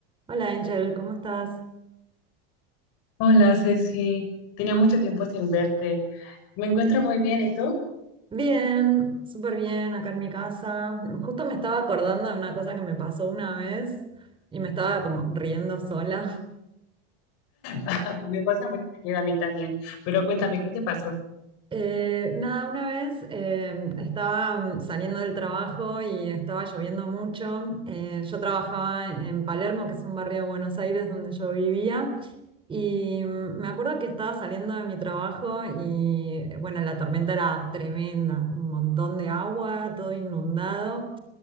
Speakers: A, on the right; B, on the left.
A: Hola Angel, ¿cómo estás?
B: Hola, Ceci. Tenía mucho tiempo sin verte. Me encuentro muy bien, ¿y tú?
A: Bien, súper bien, acá en mi casa. Justo me estaba acordando de una cosa que me pasó una vez y me estaba como riendo sola. <laughs>
B: Ah, Me pasa muy bien a mí también. Pero cuéntame, ¿qué te pasó?
A: Eh, nada, una vez eh, estaba mm, saliendo del trabajo y estaba lloviendo mucho. Eh, yo trabajaba en Palermo, que es un barrio de Buenos Aires donde yo vivía. Y mm, me acuerdo que estaba saliendo de mi trabajo y bueno, la tormenta era tremenda, un montón de agua, todo inundado.